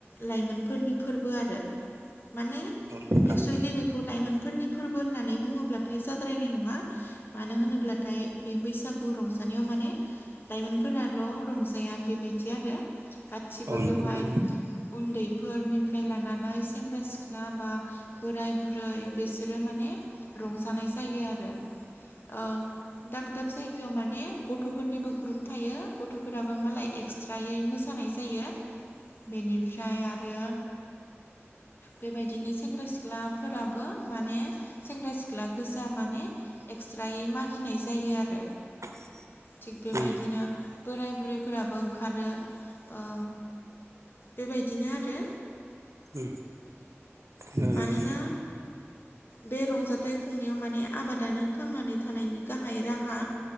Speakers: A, on the left; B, on the right.
A: लाइमोनफोरनि फोरबो आरो माने
B: औ नोंथां
A: एक्सुेलि बेखौ लाइमोन फोरनि फोरबो होननानै बुङोब्लाथाय जाद्रायनाय नङा मानो होनोब्लाथाय बे बैसागु रंजा दानियाव माने लाइमोनफोराल' रंजाया बेबायदि बिदि आरो गासिबो
B: औ नंगौ
A: बेवहाय
B: नोंथां
A: उन्दैफोरनिफ्राय फाय लानानै सेंग्रा सिख्ला बा बोराय बुरै बिसोरो माने रंजानाय जायो आरो ओ दाब दाब जायगायाव माने गथ'फोरनिबो ग्रुप थायो गथ'फोराबो मालाय एक्स थ्रारायै मोसानाय जायो बेनिफ्राय आरो बेबायदिनो सेंग्रा सिख्लाफोराबो माने सेंग्रा सिख्ला गोजा माने ने एक्सट्रायै मागिनाय जायो आरो
B: <inaudible>
A: थिग बेबायदिनो
B: उम
A: बोराय बुरैफोराबो ओं खारो ओ बेबायदिनो आरो
B: उम नंगौ
A: मानोना बे रंजाथाइ खुंनायाव माने आबादानो थांनानै थानायनि गाहाय राहा